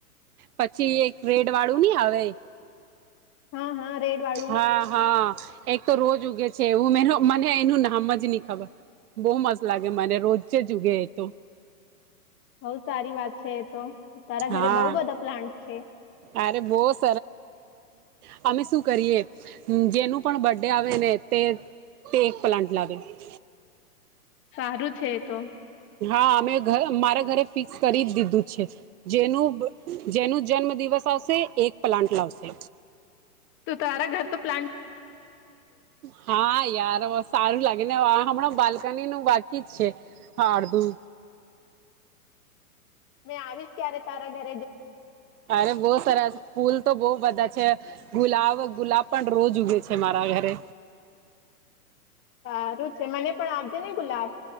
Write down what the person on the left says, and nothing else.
હા હા રેડ વાળું
બઉ સારી વાત છે એ તો તારા
ઘરે બઉુ બધા પ્લાન્ટ છે
સારું છે તો
તો તારા ઘર તો પ્લાન <inaudible>
મેં આવીશ ક્યારે તારા ઘર
સારું છે મને પણ આપજે ને ગુલાબ